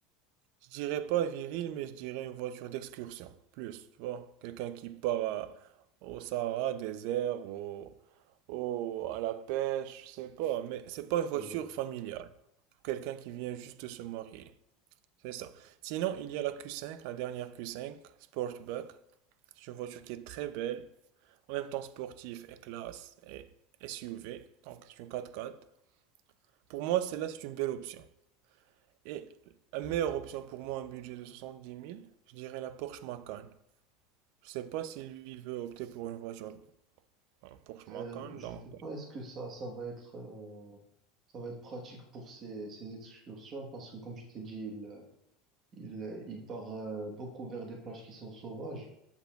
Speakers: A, on the right; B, on the right.
A: je dirais pas viril, mais je dirais une voiture d'excursion. Plus, tu vois? Quelqu'un qui part à- au Sahara, désert, au, au- à la pêche, je sais pas. Mais c'est pas
B: C'est
A: une voiture
B: vrai.
A: familiale. quelqu'un qui vient juste de se marier. C'est ça. Sinon, il y a la Q5, la dernière Q5, Sportback. C'est une voiture qui est très belle, en même temps sportive et classe et SUV, donc c'est une 4x4. Pour moi, celle-là, c'est une belle option. Et la meilleure option pour moi, un budget de 70 000, je dirais la Porsche Macan. Je sais pas si lui, il veut opter pour une voiture euh, Porsche Macan,
B: Euh,
A: donc,
B: je sais pas,
A: euh,
B: est-ce que ça, ça va être, euh, ça va être pratique pour ces, ces excursions parce que, comme je t'ai dit, il, il, il part euh, beaucoup vers des plages qui sont sauvages.